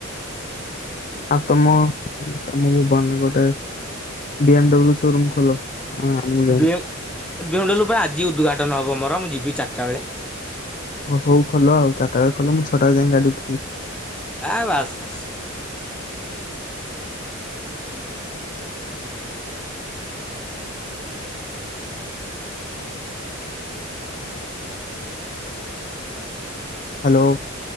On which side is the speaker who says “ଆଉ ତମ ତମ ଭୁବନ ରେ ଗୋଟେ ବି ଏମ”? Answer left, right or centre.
Left